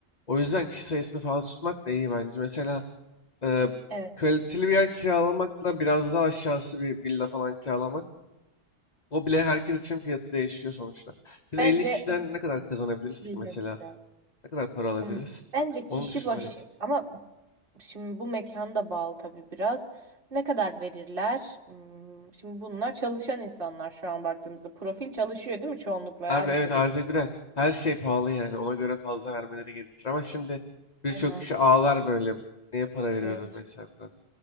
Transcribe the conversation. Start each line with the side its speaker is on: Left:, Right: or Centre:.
Left: O yüzden kişi sayısını fazla tutmak da iyi bence. Mesela Eee,
Right: Evet.
Left: kaliteli bir yer kiralamakla biraz daha aşağısı bir villa falan kiralamak. O bile herkes için fiyatı değişiyor sonuçta. Biz
Right: Bence
Left: 50 kişiden ne kadar kazanabiliriz
Right: Villa
Left: ki mesela?
Right: güzel.
Left: Ne kadar para alabiliriz?
Right: Hmm. Bence
Left: Onu
Right: kişi
Left: düşünmeliyiz.
Right: başı ama şimdi bu mekan da bağlı tabii biraz. Ne kadar verirler? Hmm, Şimdi bunlar çalışan insanlar şu an baktığımızda. Profil çalışıyor değil mi çoğunlukla ya
Left: Abi
Right: lisedeki?
Left: evet artık bir de her şey pahalı yani. Ona göre fazla vermeleri gerekir. Ama şimdi birçok
Right: Aynen.
Left: kişi ağlar böyle. Neye para veriyoruz
Right: E, ş-
Left: mesela? falan.